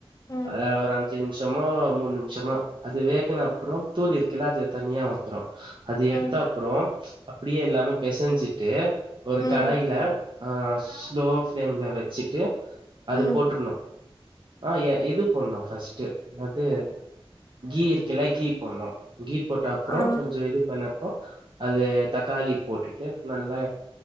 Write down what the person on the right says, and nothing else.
அ ஒரு அஞ்சு நிமிஷமோ மூணு நிமிஷமோ அது வேகுன அப்றோ தோல் இருக்குல்ல அது தனியா வந்துரும் அது
எடுத்த அப்றோ அப்டியே எல்லாமே பெசஞ்சிட்டு ஒரு
கடாயில ஆ ஸ்லோ ஃப்ளேம்ல வச்சுட்டு அது
போட்டுறணும் ஆ எ இது போடணும் ஃபஸ்ட்டு என்னாது கீ இருக்கல்ல கீ போட்ணும் கீ போட்டு அப்றோ
கொஞ்சம் இது பண்ணப்போ அது தக்காளி போட்டுட்டு நல்லா